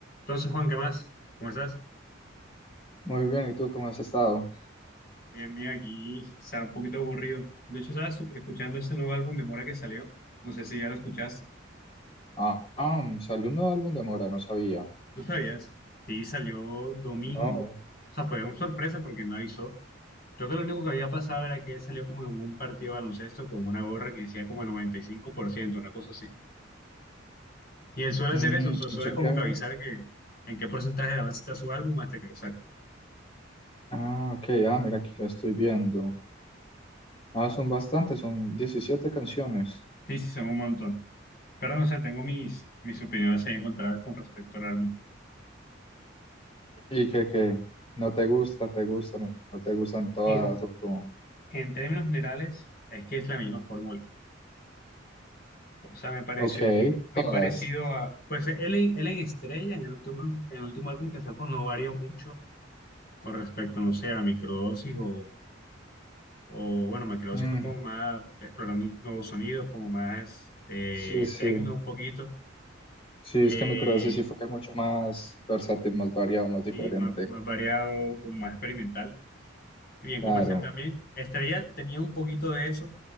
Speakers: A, on the left; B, on the left.
A: Entonces, Juan, ¿qué más? ¿Cómo estás?
B: Muy bien, ¿y tú cómo has estado?
A: Bien, bien, aquí está un poquito aburrido. De hecho, estaba escu- escuchando ese nuevo álbum de Mora que salió. No sé si ya lo escuchaste.
B: Ah, ah, salió un nuevo álbum de Mora, no sabía.
A: ¿No sabías? Sí, salió domingo.
B: No.
A: O sea, fue una sorpresa porque no avisó. Creo que lo único que había pasado era que él salió como en un partido de baloncesto con una gorra que decía como 95%, una cosa así. Y él suele
B: Mm,
A: hacer eso, o sea, suele
B: yo
A: como
B: que-
A: que avisar que en qué porcentaje de avance está su álbum hasta que lo saca.
B: Ah, ok, ah, mira, aquí lo estoy viendo. Ah, son bastantes, son diecisiete canciones.
A: Sí, sí, son un montón. Pero no sé, tengo mis, mis opiniones ahí encontradas con respecto al álbum.
B: ¿Y que, que no te gusta, te gustan, no no te gustan todas
A: En,
B: o como...
A: en términos generales, es que es la misma fórmula. O sea, me pareció
B: Ok,
A: muy, muy
B: todas.
A: parecido a. Pues él, en- él en Estrella, en el último, en el último álbum que sacó, no varió mucho con respecto, no sé, a Microdosis o, o bueno, Microdosis
B: Mm,
A: fue como más explorando nuevos sonidos, como más eh,
B: sí, sí.
A: techno un poquito,
B: Sí,
A: eh,
B: es que Microdosis sí fue mucho más versátil, más variado, más diferente.
A: y más, más variado, como más experimental. bien
B: Claro.
A: comercial también. Estrella tenía un poquito de eso,